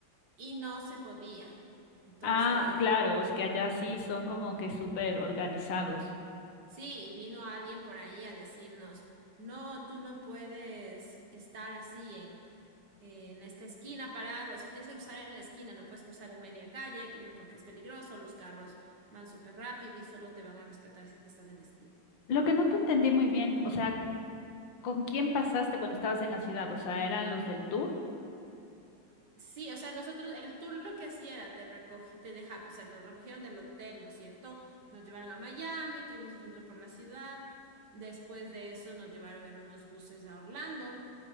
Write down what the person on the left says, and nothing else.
Ah, claro, es que allá sí son como que súper organizados.
Lo que no te entendí muy bien, o sea, ¿con quién pasaste cuando estabas en la ciudad? O sea, ¿eran los del tour?